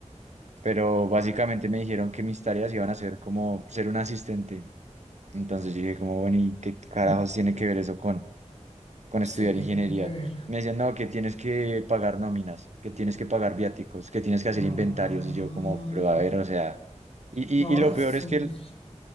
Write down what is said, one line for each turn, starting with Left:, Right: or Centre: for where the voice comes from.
Right: pero básicamente me dijeron que mis tareas iban a ser como ser un asistente. Entonces yo dije como, bueno, ¿y qué carajos tiene que ver eso con, con
Left: Sí,
Right: estudiar
Left: que
Right: ingeniería?
Left: tiene que ver.
Right: Me decían, no, que tienes que pagar nóminas, que tienes que pagar viáticos, que tienes que hacer
Left: No.
Right: inventarios. Y yo como, pero a ver, o sea, y,
Left: No,
Right: y, y lo
Left: es
Right: peor es
Left: un...
Right: que